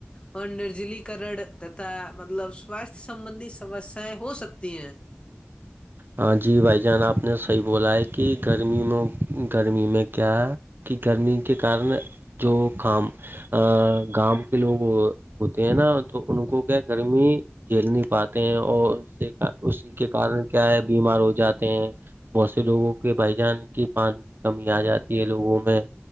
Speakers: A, on the left; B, on the right.
A: اور نرجلگ کر تا مطلب سواستھ سمبندی سمسیایں ہو سکتی ہیں-
B: ہاں جی بھائی جان آپ نے صحیح بولا ہے کہ گرمی میں گرمی میں کیا کہ گرمی کے کارن جو کام ا گاؤں کے لوگ ہوتے ہیں نا تو ان کو کیا گرمی- کھیل نہیں پاتے ہیں اور ان سے اسی کے کارن کیا ہے بیمار ہو جاتے ہیں بہت سے لوگوں کے بھائی جان کی- پانی کی کمی آ جاتی ہے لوگوں میں-